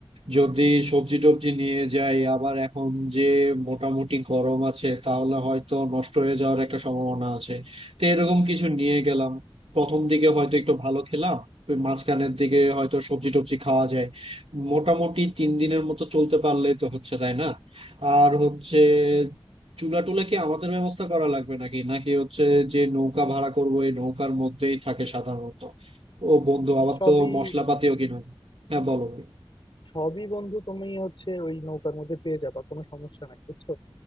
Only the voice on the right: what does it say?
যদি সবজি টবজি নিয়ে যাই আবার এখন যে মোটামুটি গরম আছে তাহলে হয়তো নষ্ট হয়ে যাওয়ার একটা সম্ভাবনা আছে তো এরকম কিছু নিয়ে গেলাম প্রথম দিকে হয়তো একটু ভালো খেলাম ওই মাঝখানের দিকে হয়তো সবজি টবজি খাওয়া যায় মোটামুটি তিন দিনের মতো চলতে পারলেই তো হচ্ছে তাই না আর হচ্ছে চুলা টুলা কি আমাদের ব্যবস্থা করা লাগবে নাকি নাকি হচ্ছে যে নৌকা ভাড়া করবো এই নৌকার মধ্যেই থাকে সাধারণত ও বন্ধু আবার
তো মশলাপাতিও কিনা হ্যাঁ বলো ভাই।